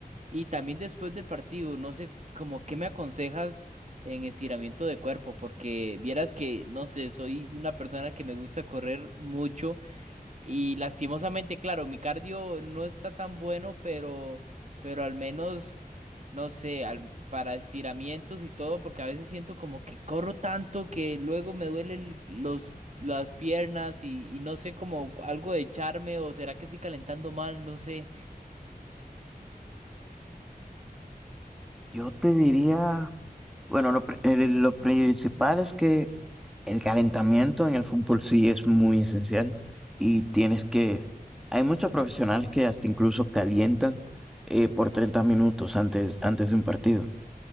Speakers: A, on the right (about 45°); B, in the centre.
A: Y también después del partido, no sé, como qué me aconsejas en estiramiento de cuerpo, porque vieras que, no sé, soy una persona que me gusta correr mucho y lastimosamente, claro, mi cardio no está tan bueno, pero, pero al menos, no sé, al- para estiramientos y todo, porque a veces siento como que corro tanto que luego me duelen los, las piernas y, y no sé, como algo de echarme o será que estoy calentando mal, no sé.
B: Yo te diría Bueno, lo, pri- el- lo principal es que el calentamiento en el fútbol sí es muy esencial y tienes que, hay muchos profesionales que hasta incluso calientan eh, por 30 minutos antes, antes de un partido.